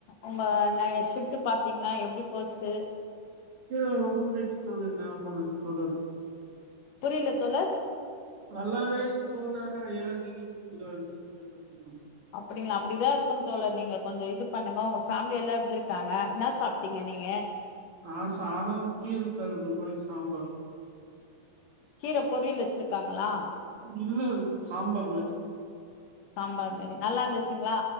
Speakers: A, on the left; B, on the right.
A: உங்க நா ஷிபிட் விட்டு பாத்தீங்களா எப்டி போச்சு
B: <unintelligible>
A: புரியல தோழர்
B: நல்லாவே <unintelligible>
A: அப்படிங்களா அப்படிதான் இருக்குன்னு தோழர் நீங்க கொஞ்ச இது பண்ணுங்க உங்க ஃபேமிலி எல்லாம் எப்டி இருக்காங்க என்ன சாப்பிட்டீங்க நீங்க
B: ஆஹ் சாதம் கீர கொழம்பு மாரிசாம்பார்
A: கீரை பொரியல் வச்சிருக்காங்களா
B: இல்ல சாம்பார் மாரி
A: சாம்பார் மாரி நல்லா இருந்துச்சுங்களா